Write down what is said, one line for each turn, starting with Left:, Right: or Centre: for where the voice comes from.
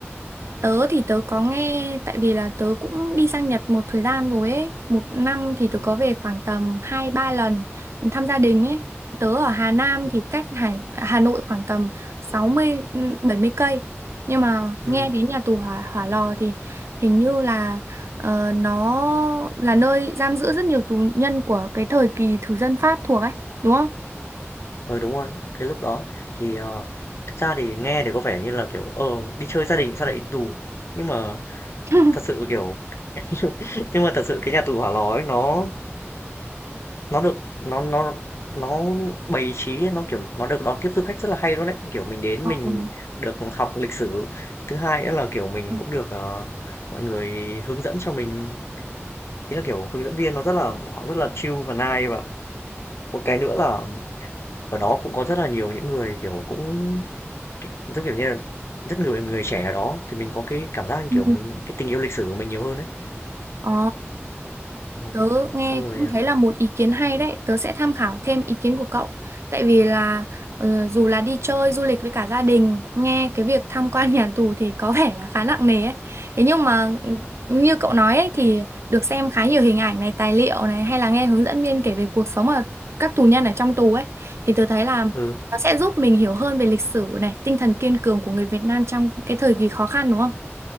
Right: tớ thì tớ có nghe tại vì là tớ cũng đi sang Nhật một thời gian rồi ấy một năm thì tớ
Left: Ừ,
Right: có về khoảng tầm hai ba lần thăm gia đình ấy tớ ở Hà Nam
Left: ừ,
Right: thì
Left: Ừm,
Right: cách Hải Hà Nội khoảng tầm 60, ừ, 70 cây nhưng mà
Left: ừ,
Right: nghe đến nhà tù hỏa Hỏa Lò thì hình như là ờ, nó là nơi giam giữ rất nhiều tù nhân của cái thời kỳ thực dân Pháp thuộc ấy đúng không?
Left: Ờ, đúng rồi, cái lúc đó thì, ờ, thực ra thì nghe thì có vẻ như là, kiểu, ờ, đi chơi gia đình sao lại đi tù, nhưng mà
Right: <laughs>
Left: thật sự, kiểu <clears throat> nhưng mà thật sự cái nhà tù Hỏa Lò ấy nó nó được nó nó nó bày trí, nó, kiểu, nó được đón tiếp du khách rất là hay luôn đấy. Kiểu, mình đến
Right: Ừ.
Left: mình được học lịch sử, thứ hai nữa là, kiểu, mình
Right: Ừ.
Left: cũng được, ờ, mọi người hướng dẫn cho mình, ý là, kiểu, hướng dẫn viên nó rất là họ rất là chill và nice. Và một cái nữa là Ở đó cũng có rất là nhiều những người, kiểu, cũng rất kiểu như là, rất nhiều người trẻ ở đó thì mình có cái cảm giác như,
Right: Ừ.
Left: kiểu, mình cái tình yêu lịch sử của mình nhiều hơn đấy.
Right: Ồ.
Left: Ồ,
Right: Tớ nghe
Left: xong rồi,
Right: cũng
Left: à
Right: thấy là một ý kiến hay đấy, tớ sẽ tham khảo thêm ý kiến của cậu. Tại vì là ờ, dù là đi chơi du lịch với cả gia đình, nghe cái việc tham quan <laughs> nhà tù thì có vẻ là khá nặng nề ấy. Thế nhưng mà
Left: ừm,
Right: ừ, như cậu nói ấy, thì được xem khá nhiều hình ảnh này, tài liệu này hay là nghe hướng dẫn viên kể về cuộc sống ở các tù nhân ở trong tù ấy thì tớ thấy là
Left: ừ,
Right: nó sẽ giúp mình hiểu hơn về lịch sử này, tinh thần kiên cường của người Việt Nam trong cái thời kỳ khó khăn đúng không?